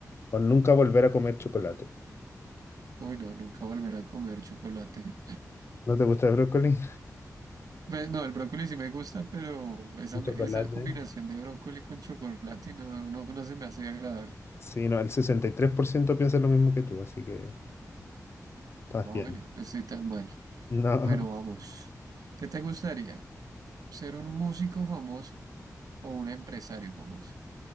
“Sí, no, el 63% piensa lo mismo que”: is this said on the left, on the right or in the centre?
Left